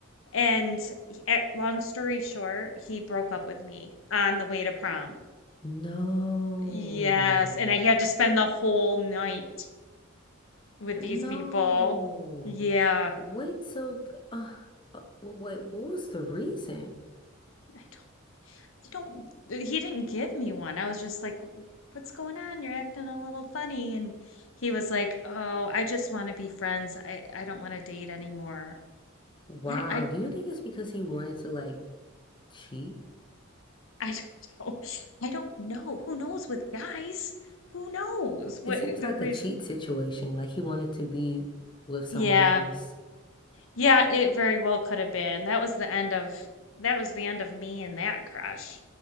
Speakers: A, on the left; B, on the left.
A: And he- eh, long story short, he broke up with me on the way to prom.
B: No.
A: Yes, and I had to spend the whole night with
B: No.
A: these people. Yeah.
B: Wait, so uh, uh, wait, what was the reason?
A: I You don't, uh, he didn't give me one. I was just like, what's going on? You're acting a little funny. And he was like, oh, I just want to be friends. I, I don't want to date anymore.
B: Wow,
A: I, I,
B: do you think it's because he wanted to like cheat?
A: <laughs> I don't know. <laughs> I don't know. Who knows with guys? Who knows what
B: It seems
A: the
B: like
A: reason?
B: a cheat situation, like he wanted to be with someone
A: Yeah.
B: else.
A: Yeah, it very well could have been. That was the end of, that was the end of me and that crush.